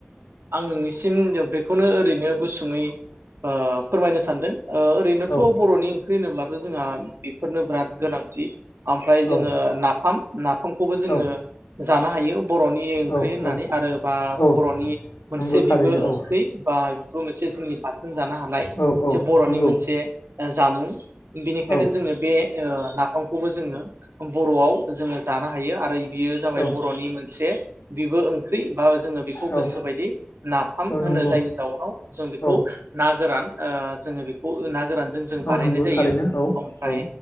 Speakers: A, on the right (about 80°); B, on the left (about 85°).
A: आं नोंनिसिम बेखौनो ओरैनो गुसुङै ओ फोरमायनो सानदों। ओ ओरैनोथ'
B: औ
A: बर'नि ओंख्रि होनोब्ला? नों जोंहा बेफोरनो ब्राद गोनांथि। ओमफ्राय जोङो
B: औ
A: नाफाम नाफामखौबो जोङो
B: औ
A: जानो हायो बर'नि ओंख्रि
B: औ
A: होननानै
B: औ
A: आरो बा
B: औ
A: बर'नि मोनसे
B: नंगौ थारैनो
A: बेबो ओंख्रि
B: औ
A: बा बेबो मोनसे सेसिनि पा नों जानो हानाय
B: औ
A: मोनसे
B: औ
A: बर'नि
B: नंगौ
A: मोनसे ओ जामुं बिनिखायनो
B: औ
A: जोङो बे ओ नाफाम खौबो जोङो बर'आव जोङो जानो हायो आरो बियो जाबाय
B: औ
A: बर'नि मोनसे बिबो ओंख्रि औ जोङो बेखौ गोसोबायदि
B: औ
A: नाफाम
B: औ
A: होनो
B: नंगौ
A: जायनि जाउनाव जों बेखौ
B: औ
A: ना गोरान ओ जोङो बिखौ ना गोरानजों जों
B: औ
A: बानायनाय
B: नंगौ
A: जायो
B: थारैनो औ
A: ओमफ्राय
B: औ